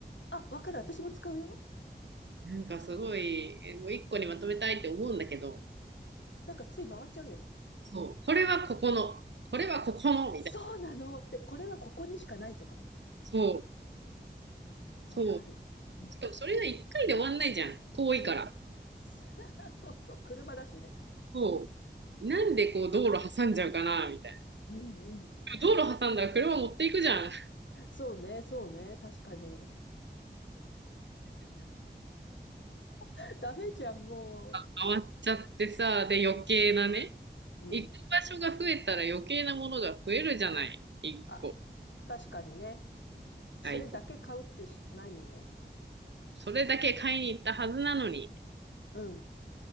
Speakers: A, on the left; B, on the right.
A: あ、わかる、私も使うよ。
B: なんかすごい、えもう1個にまとめたいって思うんだけど、
A: なんかつい回っちゃうよね。
B: そう、これはここの、これはここの、みたいな。
A: そうなのって、これはここにしかないとか。
B: そう、そう。
A: わかる。うん。
B: しかもそれが1回で終わんないじゃん。遠いから。
A: うん。<laughs> そうそう、車だしね。
B: そう。なんでこう道路挟んじゃうかな、みたいな。
A: うんうん。
B: でも道路挟んだら車持っていくじゃん。
A: そうね、そうね。確かに。<laughs> ダメじゃん、もう。
B: 回っちゃってさ、で余計なね。
A: うん。
B: 行く場所が増えたら余計なものが増えるじゃない。1個。
A: あ、確かにね。それだけ買うってしないもんね。
B: はい。それだけ買いに行ったはずなのに、
A: うん。